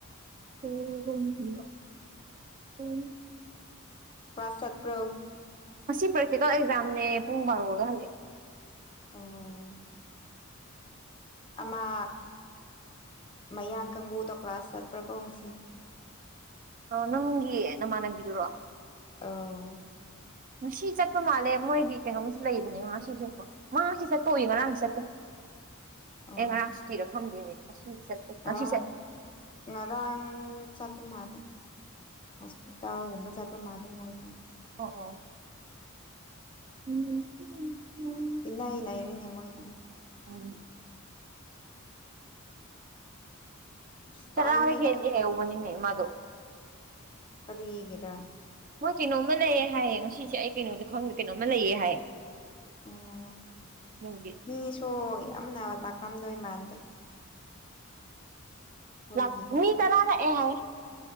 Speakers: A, on the right; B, on the left.
A: <inaudible>
B: ꯀ꯭ꯂꯥꯁ ꯆꯠꯄ꯭ꯔꯣ
A: ꯉꯁꯤ ꯄ꯭ꯔꯦꯛꯇꯤꯀꯦꯜ ꯑꯦꯛꯖꯥꯝꯅꯦ ꯄꯨꯡ ꯕꯥꯔꯣꯗ ꯍꯜꯂꯛꯑꯦ
B: ꯑꯥꯎ ꯑꯃ ꯃꯌꯥꯡ ꯀꯥꯡꯕꯨꯗꯣ ꯀ꯭ꯂꯥꯁ ꯆꯠꯄ꯭ꯔꯥꯀꯣ ꯉꯁꯤ
A: ꯑꯣ ꯅꯪꯒꯤ ꯅꯃꯥꯟꯅꯕꯤꯗꯨꯔꯣ
B: ꯑꯥꯎ
A: ꯉꯁꯤ ꯆꯠꯄ ꯃꯥꯜꯂꯦ ꯃꯣꯏꯒꯤ ꯀꯩꯅꯣꯝꯁꯨ ꯂꯩꯕꯅꯦ ꯉꯥꯁꯤ ꯆꯠꯄ ꯃꯥ ꯉꯁꯤ ꯆꯠꯄ ꯎꯏ ꯉꯔꯥꯡꯗꯤ ꯆꯠꯇꯦ
B: ꯑꯣ
A: ꯑꯦ ꯉꯔꯥꯡ ꯁꯨꯇꯤꯔ ꯈꯪꯗꯦꯅꯦ ꯉꯁꯤꯗꯤ ꯆꯠꯇꯦ ꯉꯁꯤ
B: ꯑ
A: ꯆꯠ
B: ꯉꯔꯥꯡ ꯆꯠꯄ ꯃꯥꯜꯂꯦ ꯍꯣꯁꯄꯤꯇꯥꯜꯒꯨꯝꯕ ꯆꯠꯄ ꯃꯥꯜꯂꯦ ꯃꯣꯏꯗꯣ
A: ꯑꯣ ꯑꯣ ꯎꯝ ꯍꯨꯝ ꯎꯝ <inaudible>
B: ꯏꯅꯩꯅꯩꯔꯦꯅꯦ ꯃꯣꯏꯅ
A: ꯎꯝ
B: ꯑꯁ
A: ꯆꯔꯥꯒ
B: ꯇꯜꯂꯦꯗ
A: ꯍꯦꯜꯂꯦ ꯍꯥꯏꯍꯧꯕꯅꯤꯅꯦ ꯃꯗꯣ
B: ꯀꯔꯤ ꯒꯤꯔ
A: ꯃꯣꯏ ꯀꯩꯅꯣꯝꯃ ꯂꯩꯌꯦ ꯍꯥꯏꯌꯦ ꯉꯁꯤꯁꯦ ꯑꯩ ꯀꯩꯅꯣꯗꯤ ꯈꯪꯗꯦ ꯀꯩꯅꯣꯝꯃ ꯂꯩꯌꯦ ꯍꯥꯏꯌꯦ
B: ꯑꯣ
A: ꯅꯨꯡꯒꯤ
B: ꯃꯤꯁꯨ ꯌꯥꯝꯅ ꯂꯥꯛꯀꯝꯗꯣꯏ ꯃꯥꯟꯗꯦ ꯑꯩꯈꯣꯏꯒꯤꯗꯣ
A: ꯂꯥꯛ ꯃꯤ ꯇꯔꯥ ꯂꯥꯛꯑꯦ ꯍꯥꯏꯌꯦ